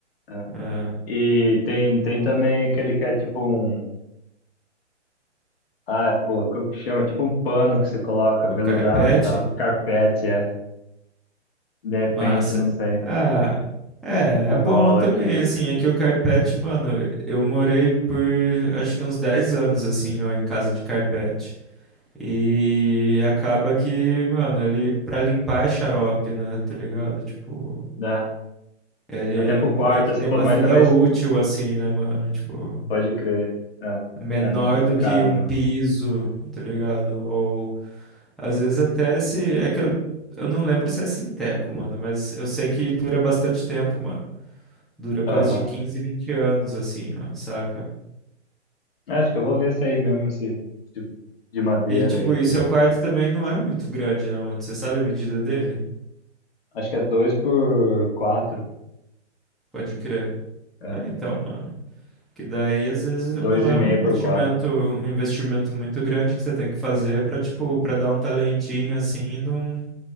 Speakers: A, on the left; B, in the centre.
A: é.
B: É,
A: E tem, tem também aquele que é tipo um. Ah, pô, como que chama? Tipo um pano que você coloca, veludado,
B: o carpete.
A: tá? Carpete, é. De repente,
B: Massa.
A: não sei.
B: Ah, é,
A: Se
B: é bom
A: rola
B: também,
A: aqui,
B: assim, aqui o carpete, mano, eu morei por acho que uns 10 anos, assim, ó, em casa de carpete. E acaba que, mano, ele pra limpar é xarope, né, tá ligado? Tipo,
A: né?
B: ele
A: Até pro
B: meio
A: quarto,
B: que
A: assim,
B: tem
A: pô,
B: uma
A: mas
B: vida
A: também
B: útil, assim, né, mano? Tipo,
A: pode crer. É,
B: menor
A: é meio complicado
B: do que um
A: mesmo.
B: piso, tá ligado? Ou às vezes até se. É que eu, eu não lembro se é sinteco, mano, mas eu sei que dura bastante tempo, mano. Dura coisa
A: Aham.
B: de 15, 20 anos, assim, ó, saca?
A: Acho que eu vou ver esse aí mesmo, esse, esse tipo de madeira
B: E, tipo,
A: aí, esse.
B: e seu quarto também não é muito grande, né, mano? Você sabe a medida dele?
A: Acho que é dois por quatro.
B: Pode crer.
A: É.
B: É, então, mano. Que daí, às vezes, não
A: Dois e
B: é
A: meio
B: um investimento,
A: por quatro.
B: um investimento muito grande que você tem que fazer pra, tipo, pra dar um talentinho, assim, num...